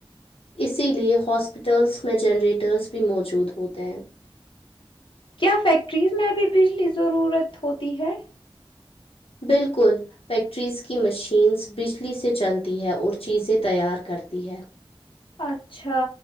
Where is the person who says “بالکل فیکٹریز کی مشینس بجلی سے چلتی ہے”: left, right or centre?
Left